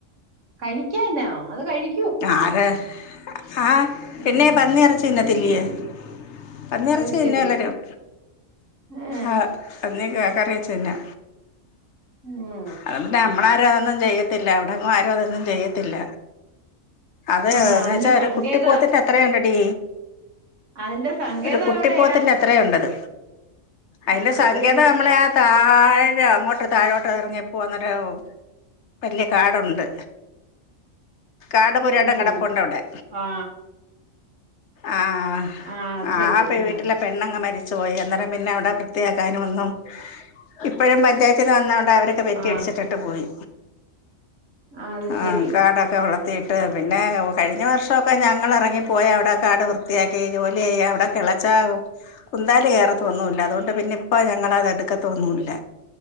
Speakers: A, on the right; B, on the left.
A: കഴിക്കനൊ അത് കഴി
B: ആര ആഹ്
A: ഉം
B: പിന്നെ പന്നിയിറച്ചി തിന്നത്തില്ലെയ്. പന്നിയിറച്ചി
A: അത്
B: തിന്യല്ലരും
A: ശരി ആ
B: ആഹ്. പന്നിയൊക്കെ കറിയച്ചിനാ.
A: ഉം.
B: അയും പിന്നെ നമ്മളാരും അതൊന്നും ചെയ്യത്തില്ല അവടെങ്ങും ആരും അതൊന്നും ചെയ്യത്തില്ല. അത്
A: ആ
B: എന്ന്
A: അതിന്റെ
B: വെച്ചാ ഒരു
A: സങ്കേത
B: കുട്ടി പോത്തിന്റെത്ത് ത്രയുണ്ട്ടീ
A: അതിന്റെ സങ്കേതം
B: ഒരു കുട്ടിപ്പോത്തിന്റെ
A: എവിടെയാ
B: അത്രയുണ്ടത്. അയിന്റെ
A: ആ അത്
B: സങ്കേതം
A: തന്നെ
B: അമ്മളെ
A: ആ
B: ആഹ്. താഴെ അങ്ങോട്ട് താഴോട്ട് ഇറങ്ങിപ്പോന്നൊരു വല്ല്യകാടുണ്ട്. കാട്പൊരാട്
A: ഉം
B: കെടപ്പണ്ടവിടെ.
A: ആ
B: ആഹ്
A: ആ അത്
B: ആഹ്
A: ശരി
B: പെവീട്ടിലെ.
A: ആ
B: പെണ്ണങ്ങ് മരിച്ചു പോയി അന്നേരം പിന്നെ അവ്ടെ വൃത്തിയാക്കാനൊന്നും. ഇപ്പഴും പഞ്ചായത്തിന്ന് വന്നാണ്ട് അവരൊക്കെ പെറ്റി
A: ആ
B: അടിച്ചിട്ടിട്ട് പോയി.
A: ആ, അത് ശരി
B: ആഹ് കാടാക്കെ വളളം. ട്ട് പിന്നെ കഴിഞ്ഞ വർഷൊക്കെ ഞങ്ങളെറങ്ങിപ്പോയി അവ്ടെ കാട് വൃത്തിയാക്കി ജോലി ചെയ്യ അവ്ടെ. തിളച്ച കുന്താല കേയറത്തൊന്നുല്ല അതുകൊണ്ട് പിന്നെ ഇപ്പ ഞങ്ങളത് എടുക്കത്തൊന്നുല്ല.